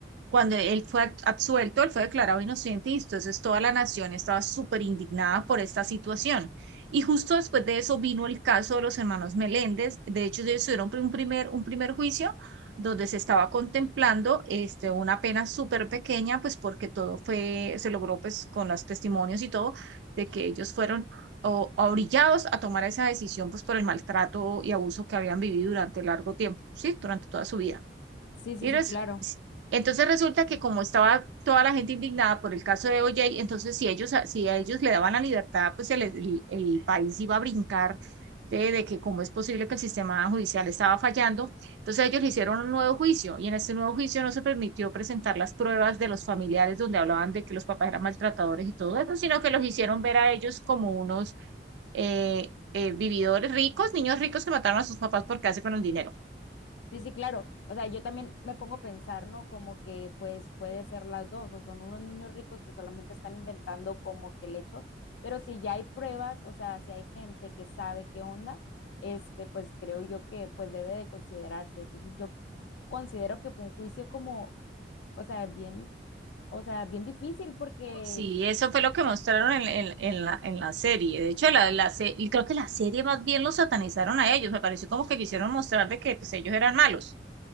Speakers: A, on the right (about 80°); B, on the left (about 85°).
A: Cuando él fue absuelto, él fue declarado inocente y entonces toda la nación estaba súper indignada por esta situación. Y justo después de eso vino el caso de los hermanos Meléndez. De hecho, ellos tuvieron un primer, un primer juicio donde se estaba contemplando este, una pena súper pequeña, pues porque todo fue, se logró pues con los testimonios y todo, de que ellos fueron o, orillados a tomar esa decisión pues por el maltrato y abuso que habían vivido durante largo tiempo, ¿sí? Durante toda su vida.
B: Sí, sí,
A: Y
B: sí,
A: res-
B: claro.
A: entonces resulta que como estaba toda la gente indignada por el caso de OJ, entonces si ellos, si a ellos le daban la libertad, pues el, el- el país iba a brincar de, de que cómo es posible que el sistema judicial estaba fallando. Entonces ellos le hicieron un nuevo juicio y en este nuevo juicio no se permitió presentar las pruebas de los familiares donde hablaban de que los papás eran maltratadores y todo eso, sino que los hicieron ver a ellos como unos eh, eh, vividores ricos, niños ricos que mataron a sus papás por quedarse con el dinero.
B: Sí, sí, claro. O sea, yo también me pongo a pensar, ¿no? Como que pues puede ser las dos, o son unos niños ricos que solamente están inventando como que el hecho, pero si ya hay pruebas, o sea, si hay gente que sabe qué onda, este, pues creo yo que pues debe de considerarse. Entonces yo considero que fue un juicio como, o sea, bien, o sea, bien difícil porque,
A: Sí, eso fue lo que mostraron en, en- en la, en la serie. De hecho, la, la se- y creo que la serie más bien los satanizaron a ellos. Me pareció como que quisieron mostrar de que pues, ellos eran malos.